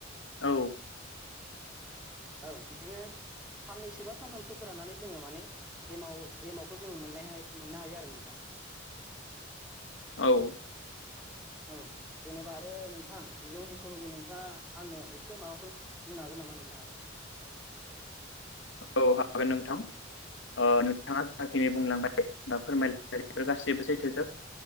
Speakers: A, on the left (about 70°); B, in the centre.
A: औ।
B: औ बिदिनो साननैसो बा सानथामसो फोराननानै जोङो माने एमाव-एमवाखौ जोङो मोननायहाय मोननो हायो आरो नोंथां
A: औ
B: औ जेनेबा आरो नोंथां जौनि सोमोन्दै नोंथाङा आंनो एसे माबाफोर बुंनो हागोन नामा नोंथां आरो?
A: <inaudible> औ हागोन नोंथां अ नोंथाङा जाखिनि बुंलांबाय दा फोरमायलाय बेफोर गासैबो सैथोजोब